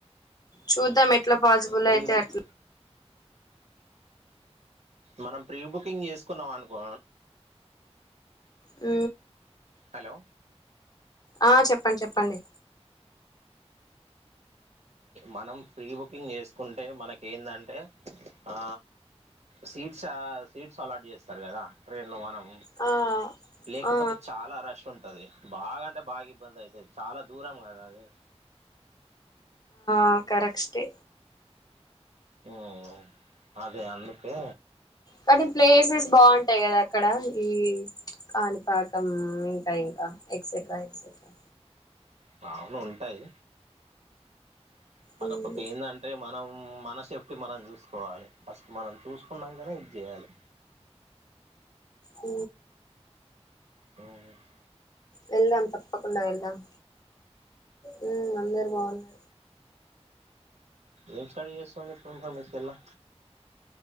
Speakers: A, on the left; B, on the right.
A: చూద్దాం ఎట్లా పాసిబుల్
B: ప్రీ
A: అయితే
B: బుక్
A: అట్లా
B: మనం ప్రీ బుకింగ్ చేసుకున్నాం అనుకో
A: ఊ
B: హలో
A: ఆ చెప్పండి చెప్పండి
B: మనం ఫ్రీ బుకింగ్ చేసుకుంటే మనకు ఏందంటే ఆ సీట్స్ సీట్స్ అలాట్ చేస్తారు కదా ట్రైన్ లో మనం
A: ఆ
B: లేకపోతే
A: ఆ
B: చాలా రష్ ఉంటాది బాగా అంటే బాగా ఇబ్బంది అయితాది చాలా దూరం కదా అది
A: ఆ కరెక్షటే
B: ఓ అదే అందుకే
A: కానీ ప్లేసెస్ బాగుంటాయి కదా అక్కడ ఈ కాణిపాకం ఇంకా ఇంకా ఎక్సెట్రా ఎక్సెట్రా
B: బావున ఉంటాయి <unintelligible>
A: మ్మ్
B: పోతే ఏంది అంటే మన్ మనం మన సేఫ్టీ మనం చూసుకోవాలి ఫస్ట్ మనం చూసుకున్నాంకానే ఇది చేయాలి
A: అ
B: పొవత్
A: వెళ్ళాదాం తప్పకుండ వెళ్ళాం ఉ అందరు బాగున్నా
B: ఏం స్టాయిల్ చేస్తుంది ఇప్పుడు ఆమె పెళ్ళొ